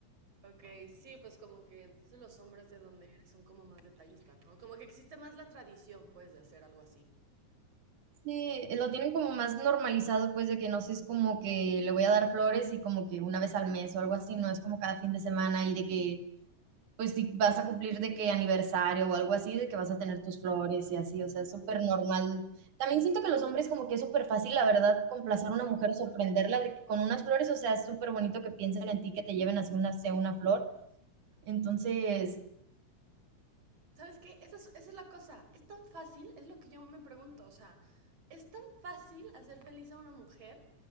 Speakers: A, on the right; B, on the right.
A: Ok, sí, pues como que entonces los hombres de donde eres son como más detallistas, ¿no? Como que existe más la tradición, pues, de hacer algo así.
B: Sí, lo tienen como más normalizado, pues, de que no sé, es como que le voy a dar flores y como que una vez al mes o algo así, no es como cada fin de semana y de que, pues, si vas a cumplir de que aniversario o algo así, de que vas a tener tus flores y así, o sea, es súper normal. También siento que los hombres como que es súper fácil, la verdad, complacer a una mujer o sorprenderla de que con unas flores, o sea, es súper bonito que piensen en ti, que te lleven así una, sea una flor Entonces,
A: ¿Sabes qué? Esa es, esa es la cosa. Es tan fácil, es lo que yo me pregunto. O sea, es tan fácil hacer feliz a una mujer,